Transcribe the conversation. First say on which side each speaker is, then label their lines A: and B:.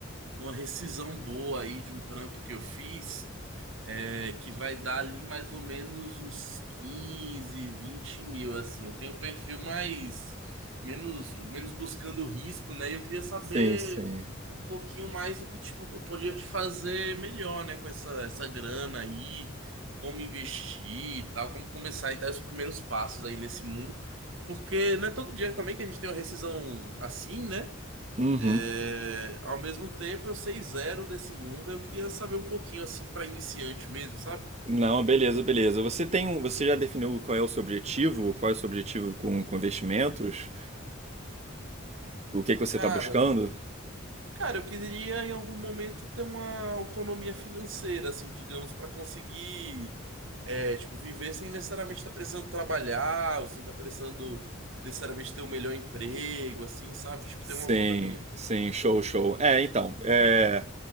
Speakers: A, on the right; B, on the right.
A: uma rescisão boa aí de um trampo que eu fiz, é, que vai dar ali mais ou menos uns 15, 20 mil, assim. Eu tenho um perfil mais, menos, menos buscando risco, né? E eu queria saber
B: Sim, sim.
A: um pouquinho mais o que, tipo, eu podia te fazer melhor, né? Com essa, essa grana aí, como investir e tal, como começar e dar os primeiros passos aí nesse mundo. Porque não é todo dia também que a gente tem uma rescisão assim, né?
B: Uhum.
A: É, ao mesmo tempo, eu sei zero desse mundo. Eu queria saber um pouquinho assim pra iniciante mesmo, sabe?
B: Não, beleza, beleza. Você tem um, você já definiu qual é o seu objetivo? Qual é o seu objetivo com, com investimentos? O que que você
A: Cara,
B: está buscando?
A: cara, eu queria em algum momento ter uma autonomia financeira, assim, digamos, pra conseguir, é, tipo, viver sem necessariamente estar precisando trabalhar, ou sem estar precisando necessariamente ter o melhor emprego, assim, sabe? Tipo,
B: Sim,
A: ter uma autonomia.
B: sim, show, show. É, então, é,